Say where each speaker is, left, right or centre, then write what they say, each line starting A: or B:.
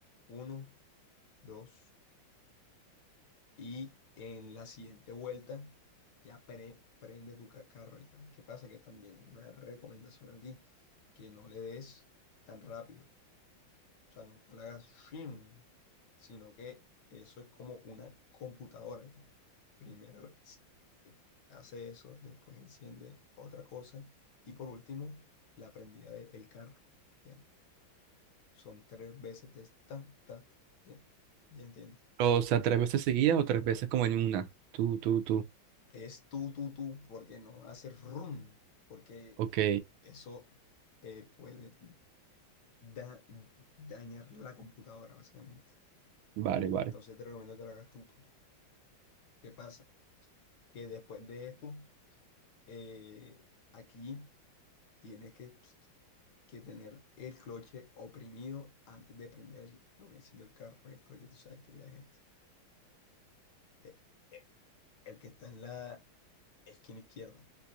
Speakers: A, on the left; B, on the right.
A: uno, dos. Y en la siguiente vuelta ya pre- prende tu ca- carro ya. ¿Qué pasa? Que también una recomendación aquí, que no le des tan rápido. O sea, no, no le hagas shim, sino que eso es como una computadora ya. Primero si- eh, hace eso, después enciende otra cosa y por último la prendida del carro, ¿ya? Son tres veces de ta, ta, ta, ¿ya? ¿Ya entiendes?
B: O sea, tres veces seguidas o tres veces como en una. Tú, tú, tú.
A: Es tú, tú, tú, porque no hacer rum, porque
B: Ok,
A: eso eh, puede da- dañar la computadora, básicamente.
B: vale, vale.
A: Entonces te recomiendo que lo hagas tú, tú, tú. ¿Qué pasa? que después de esto, eh, aquí tienes que, que tener el cloche oprimido antes de prender el- lo que enciende el carro. El cloche, tú sabes que ya es este. eh, eh, el que está en la esquina izquierda,